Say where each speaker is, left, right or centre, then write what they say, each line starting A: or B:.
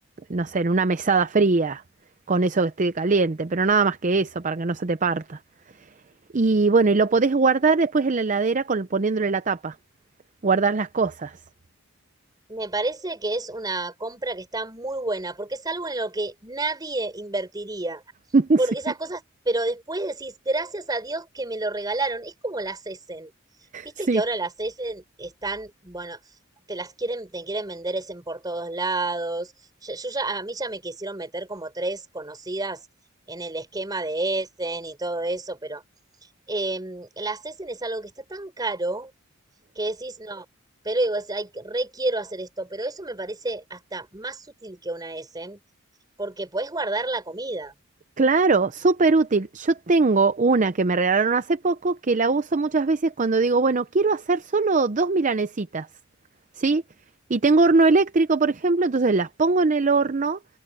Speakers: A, on the right; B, on the right.
A: no sé, en una mesada fría, con eso que esté caliente, pero nada más que eso, para que no se te parta. Y bueno, y lo podés guardar después en la heladera con, poniéndole la tapa. Guardar las cosas.
B: Me parece que es una compra que está muy buena, porque es algo en lo que nadie invertiría.
A: <laughs>
B: Porque esas cosas, pero después decís, gracias a Dios que me lo regalaron. Es como las Essen. Viste
A: Sí, sí.
B: que ahora las Essen están, bueno, te las quieren, te quieren vender Essen por todos lados. Yo, yo ya, a mí ya me quisieron meter como tres conocidas en el esquema de Essen y todo eso, pero em, las Essen es algo que está tan caro que decís, no, pero digo, es, ay, re quiero hacer esto, pero eso me parece hasta más útil que una S, porque podés guardar la comida.
A: Claro, súper útil. Yo tengo una que me regalaron hace poco que la uso muchas veces cuando digo, bueno, quiero hacer solo dos milanesitas, ¿sí? Y tengo horno eléctrico, por ejemplo, entonces las pongo en el horno